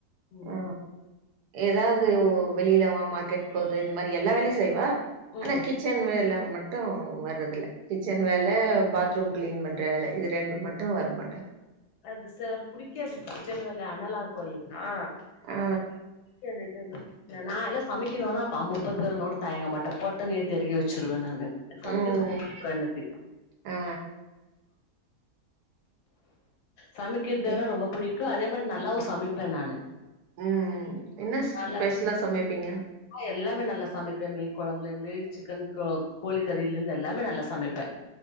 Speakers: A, on the left; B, on the right.
A: உம்
B: ஆ ஏதாவது ஓ வெளியிலவா மார்க்கெட் போகுது இது மாதிரி எல்லா வேலையும் செய்வா ஆனா
A: ம்
B: கிச்சன் வேல மட்டு வரதுல்ல கிச்சன் வேல பாத்ரூம் க்ளீன் பண்ற வேல இது ரெண்டுமட்டு வர்மாட்டா
A: அது சார் புடிக்காது இச்சன் வேல அனலா இருக்கு இல்லுங்கா
B: ஆ
A: அ சரி சரி எ நா எல்லா சமிக்கணுனா பா முப்பது பேர் வந்தா கூட தயங்கமாட்ட பொட்டுனு தெரிகி வச்சிருவே நானு சமைக்கிற்து
B: ம்
A: ப என்னுக்கு
B: ஆ
A: சமக்கிற்தென்னா
B: எ
A: ரொம்ப பிடிக்கு அதே மாரி நல்லாவு சமைப்பே நானு
B: ம்ம் என்னஸ்
A: நல்லா
B: ஸ்பெஷ்லா சமைப்பீங்க
A: எல்லாமே நல்லா சமைப்பே மீன் கொழம்புல இருந்து சிக்கன் க்லோக் கோழிக்கறில இந்து எல்லாமே நல்லா சமைப்பே <inaudible>